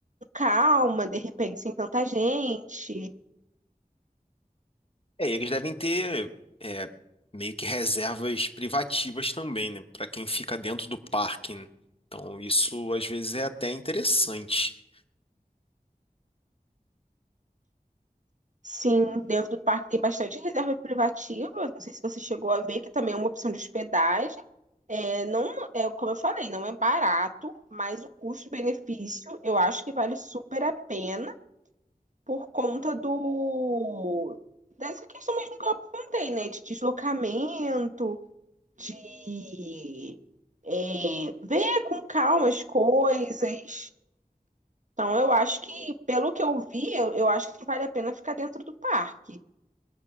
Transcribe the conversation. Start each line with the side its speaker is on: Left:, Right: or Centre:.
Right: calma, de repente sem tanta gente.
Left: É, eles devem ter é, meio que reservas privativas também, né? Para quem fica dentro do parque, né? Então isso às vezes é até interessante.
Right: Sim, dentro do parque tem bastante reserva privativa. Não sei se você chegou a ver, que também é uma opção de hospedagem. É, não, é, como eu falei, não é barato, mas o custo-benefício eu acho que vale super a pena. por conta do dessa questão mesmo que eu apontei, né? De deslocamento, de é, ver com calma as coisas. Então, eu acho que, pelo que eu vi, eu, eu acho que vale a pena ficar dentro do parque.